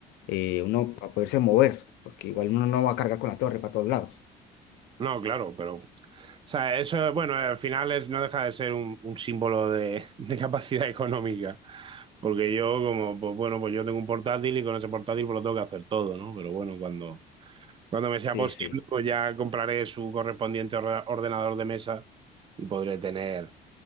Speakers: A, on the left (about 80°); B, on the right (about 30°).
A: eh, uno para poderse mover, porque igual uno no va a cargar con la torre para todos lados.
B: No, claro, pero... O sea, eso, bueno, al final es, no deja de ser un, un símbolo de de capacidad económica. Porque yo, como, pues bueno, pues yo tengo un portátil y con ese portátil pues lo tengo que hacer todo, ¿no? Pero bueno, cuando, cuando me sea
A: Sí,
B: posible,
A: sí,
B: pues ya compraré su correspondiente orra- ordenador de mesa y podré tener